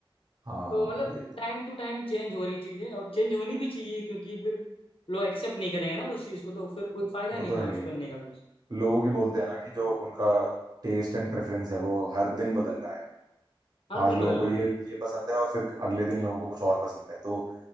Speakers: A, on the right; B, on the left.
A: हाँ
B: तो मतलब
A: ये तो
B: टाइम टू टाइम चेंज हो रही चीज़ें और चेंज होनी भी चाहिए क्योंकि फिर लोग एक्सेप्ट नहीं करेंगे ना उस चीज़ को तो फिर कोई फायदा
A: वो
B: नहीं
A: तो
B: ना
A: है
B: उस
A: ही
B: बनने का कुछ
A: लोगों
B: हाँ,
A: की बोलते हैं ना कि जो उनका टेस्ट एंड प्रेफरेंस है वो हर दिन बदल रहा है
B: हर
A: आज
B: दिन
A: लोगों
B: बदल
A: को
B: रहा
A: ये
B: है
A: ये पसंद है और फिर अगले दिन लोगों को कुछ और पसंद है तो